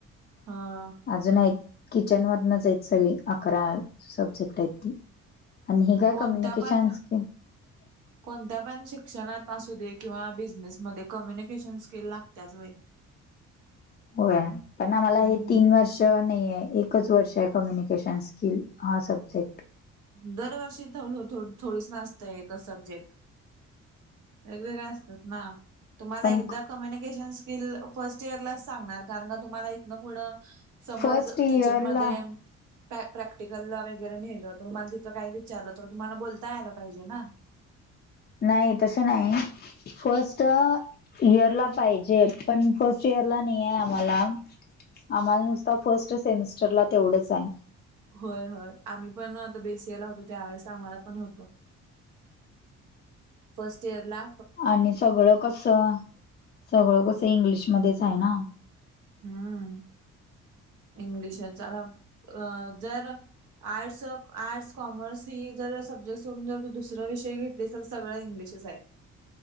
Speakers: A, on the right; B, on the left.
A: हा.
B: अजून आहेत. किचन वरनच आहेत सगळी. अकरा आहेत सब्जेक्ट आहेत ती. आणि ही काय
A: कोणता
B: कम्युनिकेशन
A: पण
B: स्किल <inaudible>
A: कोणत्या पण शिक्षणात असू दे. किंवा बिझनेसमध्ये कम्युनिकेशन स्किल लागत्याच बाई
B: होय. आणं मला
A: हम्म
B: हे तीन वर्ष तो नाहीेये. एकच वर्ष ये. कम्युनिकेशन स्किल हा सब्जेक्ट
A: दरवर्षी थ थो थोडीच ना असतय एक सब्जेक्ट वेगवेगळ्या असतात ना तुम्हाला
B: पण
A: एकदा कम्युनिकेशन स्किल फर्स्ट इयर लाच सांगणार, कारण का तुम्हाला इथनं पुढं समज
B: फर्स्ट इयरला
A: किचन मध्ये प्रॅ प्रॅक्टिकलला वगैरे नेलं, तर तुम्हाला तिथं काय विचारलं तर तुम्हाला बोलता यायला पाहिजे ना
B: नाही तसं नाही फस्ट इयरला पाहिजे. पण फस्ट इयरला नाहीये आम्हाला आम्हाला नुसता फर्स्ट सेमिस्टरला तेवढंच आय
A: होय होय. आम्ही पण आता बी ए सी ला होतो. त्यावेेळेस आम्हाला पण होत फस्ट इयरला
B: आणि सगळं कसं, सगळं कसं, इंग्लिशमध्येच आहे ना
A: हूं इंग्लिशच अ जर आर्ट्स, आर्ट्स, कॉमर्स ही जर सब्जेक्ट सोडुन जर तू दुसरा विषय घेत लस. सगळं इंग्लीशच हाय